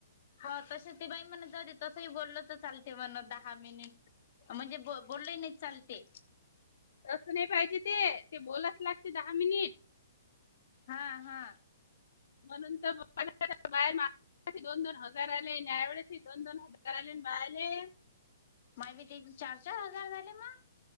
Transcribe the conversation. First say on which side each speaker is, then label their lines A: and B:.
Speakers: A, on the left (about 45°); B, on the left (about 65°).
A: हो तस ते बाई म्हण जाऊदे, तसही बोलल तर चालते म्हण दहा मिनिट म्हणजे ब बोललं नाही चालते
B: तसं नाही पाहिजे ते ते बोलाच लागते दहा मिनिट
A: हा हा
B: म्हणून तर पण बाहेर मागाशी दोन- दोन हजार आले न यावेेळेस दोन -दोन हजार आले बाले
A: माय बी ते चार चार हजार झाले मा